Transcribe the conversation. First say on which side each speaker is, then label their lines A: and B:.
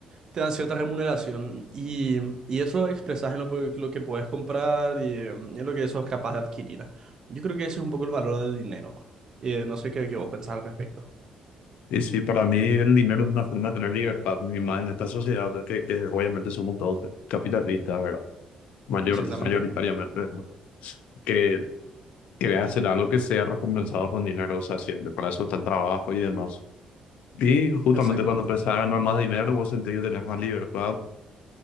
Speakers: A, on the right; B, on the left.
A: te dan cierta remuneración y, y eso expresas en lo, pe- lo que puedes comprar y, eh, en lo que eso es capaz de adquirir. Yo creo que ese es un poco el valor del dinero. Eh, no sé qué, qué vos pensás al respecto.
B: Y sí, para mí el dinero es una forma de tener libertad, y más en esta sociedad que, que obviamente somos todos capitalistas, ¿verdad? Mayor,
A: Exactamente,
B: mayoritariamente, ¿no? que quiere hacer algo que sea recompensado con dinero, o sea, siempre, para eso está el trabajo y demás. Y justamente
A: exactamente.
B: cuando empezás a ganar más dinero, vos sentís que tenés más libertad,